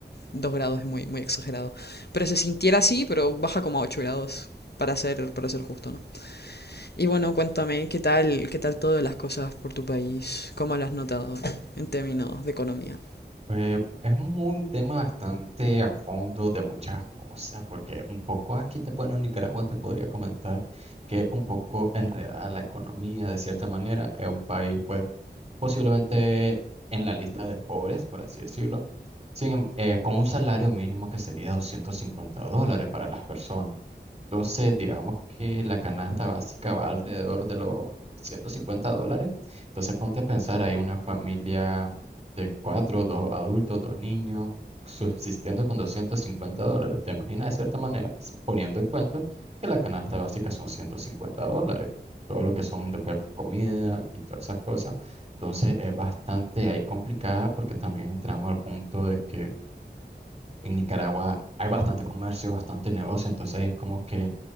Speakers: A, on the left (about 65°); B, on the right (about 35°).
A: 2 grados es muy, muy exagerado. Pero se sintiera así, pero baja como a 8 grados, para ser, para ser justo, ¿no? Y bueno, cuéntame, ¿qué tal, qué tal todas las cosas por tu país? ¿Cómo lo has notado en términos de economía?
B: Eh, es un tema bastante a fondo de muchas cosas, porque un poco aquí te, bueno, en Nicaragua te podría comentar que es un poco enredada la economía de cierta manera. Es un país, pues, posiblemente en la lista de pobres, por así decirlo, sin, em- eh, con un salario mínimo que sería 250 dólares para las personas. Entonces, digamos que la canasta básica va alrededor de los 150 dólares. Entonces, ponte a pensar, hay una familia de cuatro, dos adultos, dos niños, subsistiendo con 250 dólares. ¿Te imaginas de cierta manera? S- Poniendo en cuenta que la canasta básica son 150 dólares. Todo lo que son después comida y todas esas cosas. Entonces, es bastante ahí complicada porque también entramos al punto de que en Nicaragua hay bastante comercio, bastante negocio. Entonces, ahí es como que